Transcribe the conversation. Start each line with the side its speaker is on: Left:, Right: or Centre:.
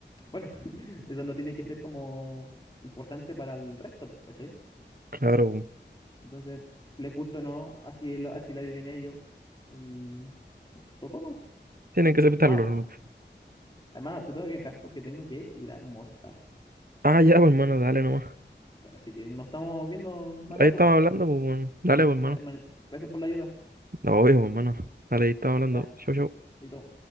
Left: bueno, <laughs> eso no tiene que ser como importante para el resto, pues, ¿cachai?
Right: claro, po.
Left: Entonces, les gusta o no, así, la- así la viven ellos y tocó no.
Right: Tienen que aceptarlo,
Left: Hermano,
Right: ¿no?
Left: hermano, te tengo que dejar porque tengo que ir a almorzar.
Right: Ah, ya, pues, hermano, dale nomás.
Left: Así que nos estamos viendo más
Right: Ahí
Left: rato.
Right: estamos hablando, pues, weón. Dale, pues, hermano.
Left: Ya, hermano. Gracias por la ayuda.
Right: no obvio, bo, hermano. Dale, ahí estamos hablando.
Left: Ya,
Right: Chau, chau.
Left: chaito.